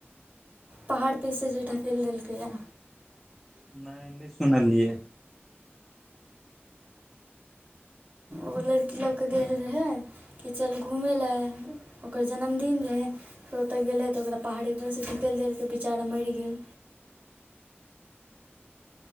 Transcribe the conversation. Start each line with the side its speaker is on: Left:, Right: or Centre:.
Right: पहाड़ पसँ जे ढकल देलकैए
Centre: नैय नैय सुनलियै
Right: ओ लड़की लऽकेऽ गेल रहै कि चल घुमय लए ओकर जन्मदिन रहै त ओतय गेलै तऽ ओकरा पहाड़ीपर सँ ढकैल देलकै बेचारा मरि गेल
Centre: <inaudible>